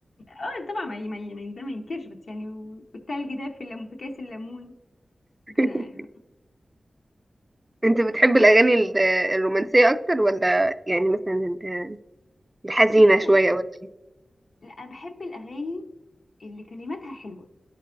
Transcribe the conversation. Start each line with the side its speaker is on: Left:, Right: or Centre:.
Left: اه طبعا ما ي- ما ي- ما ده ما ينكرش بس يعني و- والتلج ده في الليمون في كاس الليمون
Right: <laughs>
Left: وكده يعني
Right: انت بتحب
Left: طب
Right: الاغاني ال- الرومانسيه اكتر ولا يعني مثلا ال- الحزينه
Left: بصي انا
Right: شويه
Left: بحب
Right: ولا ايه
Left: لا، انا بحب الاغاني اللي كلماتها حلوه